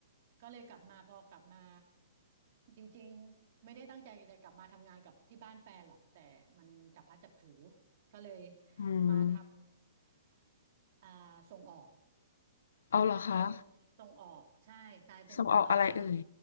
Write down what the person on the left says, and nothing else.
อืม
อ้าวเหรอคะ
ส่งออกอะไรเอ่ย